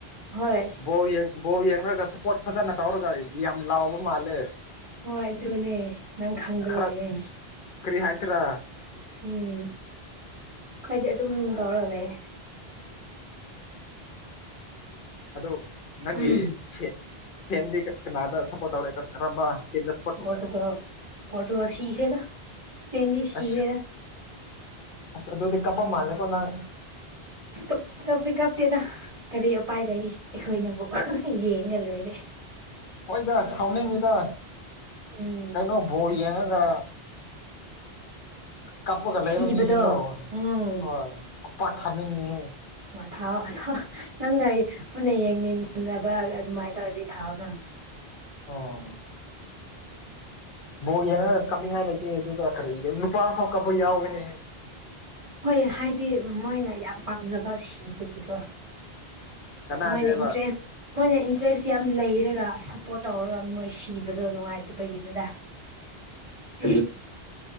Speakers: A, on the right; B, on the left.
A: ꯍꯣꯏ
B: ꯕꯣꯜ ꯌꯦꯡ ꯕꯣ ꯌꯦꯡꯅꯔꯒ ꯁꯄꯣꯠ ꯐꯖꯅ ꯇꯧꯔꯒ ꯌꯥꯝ ꯂꯥꯎꯕ ꯃꯥꯜꯂꯦ
A: ꯍꯣꯏ ꯑꯗꯨꯅꯦ ꯅꯪ ꯈꯪꯗꯕꯒꯤꯅꯦ
B: ꯈꯔ ꯀꯔꯤ ꯍꯥꯏꯁꯤꯔ
A: ꯎꯝ ꯈꯗꯤ ꯑꯗꯨꯝ ꯇꯧꯔ ꯂꯩꯌꯦ
B: ꯑꯗꯨ ꯅꯪꯒꯤ
A: ꯎꯝ
B: ꯐꯦ ꯐꯦꯟꯗꯤ ꯀꯅꯥꯗ ꯁꯞꯄꯣꯔꯠ ꯇꯧꯔꯦ ꯀꯔꯝꯕ ꯇꯤꯝꯗ ꯁꯞꯄꯣꯔꯠ ꯇꯧꯔꯦ
A: ꯄꯣꯇꯣꯒꯜ ꯄꯣꯔꯇꯨꯒꯜ ꯁꯤꯈꯔꯦ ꯗ ꯁ꯭ꯄꯦꯟꯗꯤ ꯁꯤꯈꯦꯗ
B: ꯑꯁ ꯑꯁ ꯑꯗꯨꯗꯤ ꯀꯞꯄ ꯃꯥꯜꯂꯦꯀꯣ ꯅꯪ
A: ꯀꯞ ꯀꯞꯇꯤ ꯀꯞꯇꯦꯗ ꯀꯔꯤ ꯎꯄꯥꯏ ꯂꯩ ꯑꯩꯈꯣꯏꯅꯕꯨ ꯌꯦꯡꯒ ꯂꯣꯏꯔꯦ
B: ꯍꯣꯏꯗ ꯁꯥꯎꯅꯤꯡꯉꯤꯗ
A: ꯎꯝ
B: ꯀꯩꯅꯣ ꯕꯣꯜ ꯌꯦꯡꯉꯒ ꯀꯥꯞꯄꯒ ꯂꯩꯕ
A: ꯁꯤꯕꯗꯣ
B: ꯃꯤꯁꯤꯡꯗꯣ
A: ꯎꯝ
B: ꯍꯣꯏ ꯈꯨꯄꯥꯛ ꯊꯥꯅꯤꯡꯉꯍꯦ
A: ꯑꯣ ꯊꯥꯎ ꯅꯪꯒ ꯄꯨꯟꯅ ꯌꯦꯡꯃꯤꯟꯅꯕ ꯑꯗꯨꯃꯥꯏꯅ ꯇꯧꯔꯗꯤ ꯊꯥꯎꯅ
B: ꯑꯣ ꯕꯣꯛ ꯌꯦꯡꯉ ꯀꯞꯅꯤꯡꯉꯥꯏ ꯂꯩꯇꯦ ꯑꯗꯨꯗ ꯀꯔꯤ ꯅꯨꯄꯥ ꯑꯃ ꯀꯞꯄ ꯌꯥꯎꯋꯦꯅꯦ
A: ꯍꯣꯏ ꯍꯥꯏꯗꯤ ꯃꯣꯏꯅ ꯌꯥꯝ ꯄꯥꯝꯖꯕ ꯁꯤꯕꯒꯤꯀꯣ
B: ꯀꯅꯥꯗꯦꯕ
A: ꯃꯣꯏꯅ ꯏꯟꯇꯔꯦꯁ ꯃꯣꯏꯅ ꯏꯟꯇꯔꯦꯁ ꯌꯥꯝ ꯂꯩꯔꯒ ꯁꯄꯣ꯭ꯔꯠ ꯇꯧꯔꯒ ꯃꯣꯏ ꯁꯤꯕꯗꯣ ꯅꯨꯡꯉꯥꯏꯇꯕꯒꯤꯅꯤꯗ
B: <inaudible>
A: <inaudible>